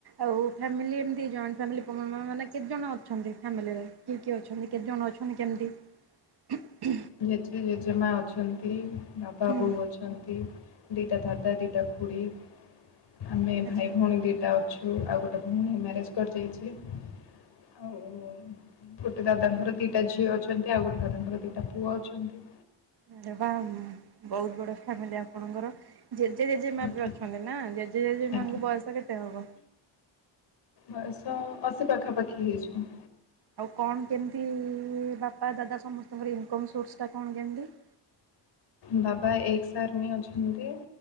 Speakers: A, on the right (about 55°); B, on the left (about 60°).
A: ଆଉ ଫାମିଲି ଏମତି ଜଏଣ୍ଟ ଫାମିଲି ମାନେ, କେତେ ଜଣ ଅ ଫାମିଲିରେ କିଏ କିଏ ଅଛନ୍ତି, କେତେ ଜଣ ଅଛନ୍ତି, କେମିତି--?
B: ଜେଜେ, ଜେଜେମା ଅଛନ୍ତି, ବାପା,
A: ହୁଁ
B: ବୋଉ ଅଛନ୍ତି ଦିଟା ଦାଦା ଦିଟା ଖୁଡି
A: <inaudible>
B: ଆମେ ଭାଇ
A: ଆଚ୍ଛା
B: ଭଉଣୀ ଦିଟା ଅଛୁ ଆଉ ଗୋଟେ ଭଉଣୀ ମ୍ୟାରେଜ କରି ଯାଇଛି । ଆଉ ଗୋଟେ ଦାଦାଙ୍କର ଦିଟା ଝିଅ ଅଛନ୍ତି ଆଉ ଗୋଟେ ଦାଦାଙ୍କର ଦିଟା ଟା ପୁଅ ଅଛନ୍ତି
A: ଆରେ ବା ବହୁତ ବଡ ଫ୍ୟାମିଲି ଆପଣଙ୍କର ଜେଜେ ଜେଜେ ମା
B: ଆଜ୍ଞା।
A: ବି ଅଛନ୍ତି ନା ଜେଜେ ଜେଜେ
B: ଆଜ୍ଞା
A: ମାଙ୍କୁ ବୟସ କେତେ ହବ?
B: ବୟସ ଅଶି ପାଖାପାଖି ହେଇଯିବ।
A: ଆଉ କଣ କେମତି, ବାପା ଦାଦା ସମସ୍ତଙ୍କର ଇନକମ୍ ସୋର୍ସ ଟା କଣ କେମିତି? <inaudible>
B: ବାବା ଏକ୍ସ ଆର୍ମି ଅଛନ୍ତି,